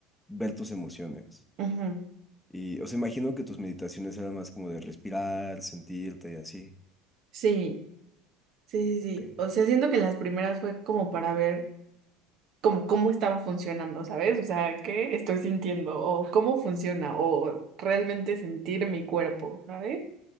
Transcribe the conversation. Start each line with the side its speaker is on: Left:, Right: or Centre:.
Centre: ver tus emociones.
Right: Ujú.
Centre: Y, o sea, imagino que tus meditaciones eran más como de respirar, sentirte y así.
Right: Sí, sí,
Centre: Ok.
Right: sí, sí. O sea, siento que las primeras fue como para ver. como cómo estaba funcionando, ¿sabes? O sea, ¿qué estoy sintiendo? O cómo funciona, o realmente sentir mi cuerpo, ¿sabes?